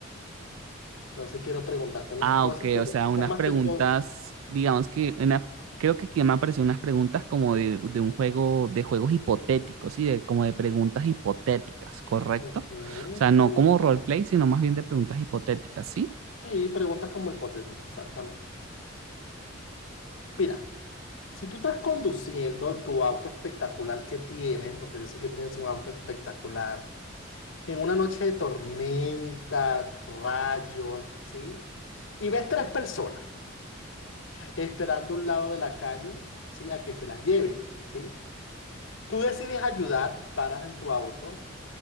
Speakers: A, on the left; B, on the right.
A: Entonces quiero preguntarte unas
B: Ah,
A: cosas,
B: ok,
A: pero
B: o sea,
A: son
B: unas
A: más
B: preguntas,
A: que todo...
B: digamos que, una, creo que aquí me aparecen unas preguntas como de, de un juego, de juegos hipotéticos, ¿sí? De, como de preguntas hipotéticas, ¿correcto?
A: Ujú,
B: O sea, no
A: sí.
B: como roleplay, sino más bien de preguntas hipotéticas, ¿sí?
A: Sí, preguntas como hipotéticas, exactamente. Mira, si tú estás conduciendo en tu auto espectacular que tienes, porque yo sé que tienes un auto espectacular, en una noche de tormenta, rayos, ¿sí? Y ves tres personas esperando a un lado de la calle, ¿sí? A que se las lleven, ¿sí? Tú decides ayudar, paras en tu auto,